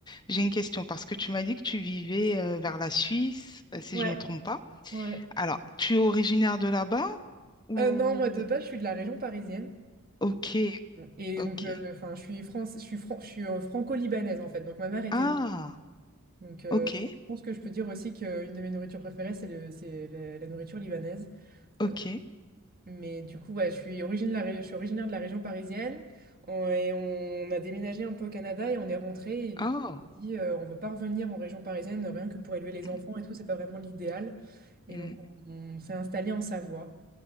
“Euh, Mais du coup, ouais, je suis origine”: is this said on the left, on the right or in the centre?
Right